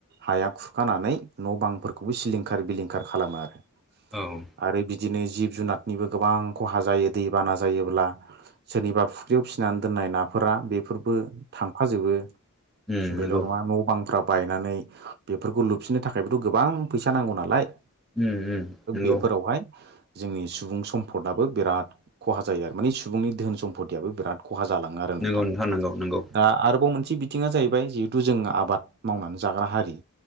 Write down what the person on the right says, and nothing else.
हाया खुरखानानै न' बांफोरखौबो सिलिंखार बिलिंखार खालामो आरो।
आरो बिदिनो जिब जुनारनिबो गोबां खहा जायो। दै बाना जायोब्ला सोरनिबा फुख्रियाव फिसिनानै दोननाय नाफोरा बेफोर बो थांफाजोबो
बेल' नङा न' बांफ्रा बायनानै बेफोरखौ लुबफिननो थाखायबोथ' गोबां फैसा नांगौ नालाय।
बेफोरावहाय जोंनि सुबुं सम्पद आबो बिराद खहा जायो आरो माने सुबुंनि धोन सम्फतियाबो बिराद खहा जालाङो आरो नोंथां।
<inaudible>
दा आरोबाव मोनसे बिथिङा जाहैबाय जिहेथु जों आबाद मावनानै जाग्रा हारि।